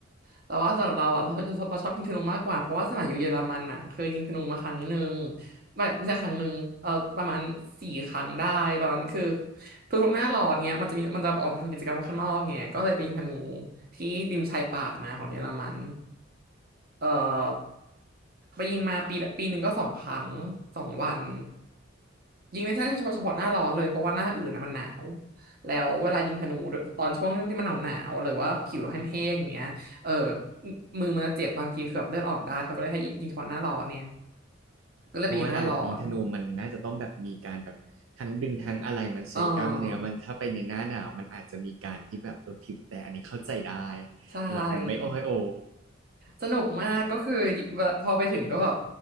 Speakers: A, on the right; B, on the right.
A: แต่ว่าสำหรับเราอ่ะเราเราชอบยิงธนูมากกว่าเพราะว่าสมัยอยู่เยอรมันอ่ะเคยยิงธนูมาครั้งหนึ่งไม่ไม่ใช่ครั้งหนึ่งเออประมาณสี่ครั้งได้ตอนนั้นคือทุกๆหน้าร้อนเนี้ยมันจะมีมันจะออกไปทำกิจกรรมข้างนอกไงก็เลยไปยิงธนูที่ริมชายป่ามาของเยอรมันเออไปยิงมาปีละปีหนึ่งก็สองครั้งสองวันยิงในช่วงเฉพาะหน้าร้อนเลยเพราะว่าหน้าอื่นอ่ะมันหนาว แล้วเวลายิงธนูตอนช่วงที่ที่มันหนาวหนาวหรือว่าผิวเราแห้งๆอย่างเงี้ยเออมือมันจะเจ็บบางทีเกือบเลือดออกได้เขาก็เลยให้ยิงยิงเฉพาะหน้าร้อนเนี่ยก็เลยไปยิงหน้าร้อน
B: เพราะเวลาแบบยิงธนูมันน่าจะต้องแบบมีการแบบทั้งดึงทั้งอะไรมันใช้กล้ามเนื้อมันถ้าไปในหน้าหนาวมันอาจจะมีการที่แบบเออผิวแต่อันนี้เข้าใจได้
A: เออใช่
B: แบบมันไม่โอ้ยโอ
A: สนุกมากก็คือเวลาพอไปถึงก็แบบ